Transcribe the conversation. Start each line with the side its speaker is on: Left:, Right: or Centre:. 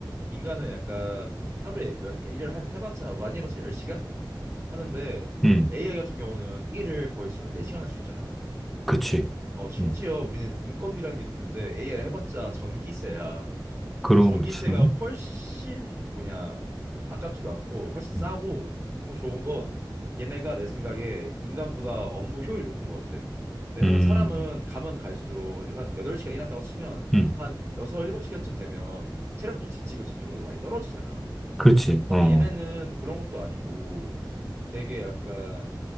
Right: 인간은 약간 하루에 몇 일을 한 해봤자 많이 해봤자 10시간 하는데
Centre: 음,
Right: AI 같은 경우는 일을 거의 24시간 할 수 있잖아.
Centre: 그렇지.
Right: 어, 심지어
Centre: 음,
Right: 우리는 인건비라는 게 드는데 AI 해봤자 전기세야.
Centre: 그렇지.
Right: 근데 전기세가 훨씬 뭐냐 아깝지도 않고 훨씬 싸고
Centre: 음,
Right: 또 좋은 건 얘네가 내 생각에 인간보다 업무 효율이 높은 것 같아. 왜냐면
Centre: 음,
Right: 사람은 가면 갈수록 한 8시간 일한다고 치면
Centre: 음,
Right: 한 6, 7시간쯤 되면 체력도 지치고 집중력도 많이 떨어지잖아.
Centre: 그렇지.
Right: 근데
Centre: 어,
Right: 얘네는 그런 것도 아니고 되게 약간